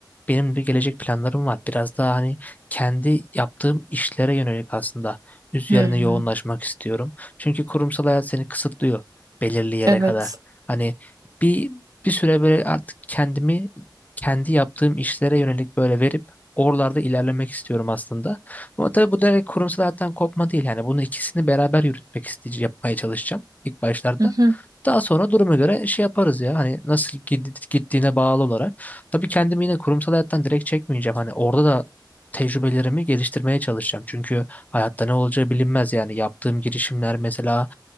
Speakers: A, on the left; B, on the right.
A: benim bir gelecek planlarım var. Biraz daha hani kendi yaptığım işlere yönelik aslında üzerine
B: Hmm.
A: yoğunlaşmak istiyorum. Çünkü kurumsal hayat seni kısıtlıyor belirli yere
B: Evet.
A: kadar. Hani bir bir süre böyle artık kendimi kendi yaptığım işlere yönelik böyle verip oralarda ilerlemek istiyorum aslında. Ama tabii bu direkt kurumsal hayattan kopma değil. Yani bunu ikisini beraber yürütmek isteyeceğim, yapmaya çalışacağım ilk başlarda.
B: Hı hı.
A: Daha sonra duruma göre şey yaparız ya hani nasıl gid- gittiğine bağlı olarak. Tabii kendimi yine kurumsal hayattan direkt çekmeyeceğim. Hani orada da tecrübelerimi geliştirmeye çalışacağım. Çünkü hayatta ne olacağı bilinmez yani. Yaptığım girişimler mesela